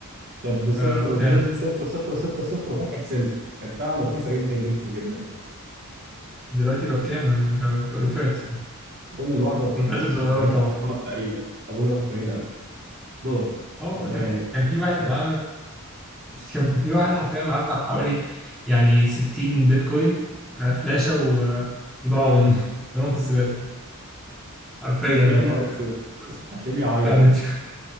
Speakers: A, on the right; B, in the centre.
A: كانت ب 0.00001
B: ففعلا
A: سنت كانت فعلا رخيصه جدا جدا جدا
B: دلوقتي بقى بكام؟ يعني ب- بألوفات
A: اظن الواحده
B: ألوفات الدولارات
A: ب 80000
B: طبعا
A: دولار تقريبا اظن الواحده 80000 دولار
B: اه
A: الموضوع
B: كان في
A: يعني
B: كان في واحد
A: مرعب.
B: معاه كان في واحد حرفيا معاه بتاع حوالي يعني 60 بيتكوين على فلاشة و- وضاعوا منه <laughs> كلهم في الزبالة حرفيا
A: يا نهار اسود
B: آه، بس
A: هتلاقيه بيعيط
B: فاهم <laughs>